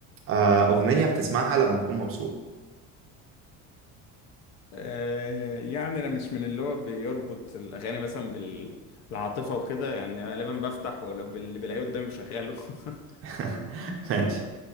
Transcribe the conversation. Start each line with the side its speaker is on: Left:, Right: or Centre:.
Right: آه، أغنية بتسمعها لما أكون مبسوط
Left: آه، يعني انا مش من اللي هو بيربط الاغاني مثلا بال- بالعاطفه وكده يعني غالبا بفتح ولو بال- اللي بلاقيه قدامي بشغله <laughs>
Right: <laughs> ماشي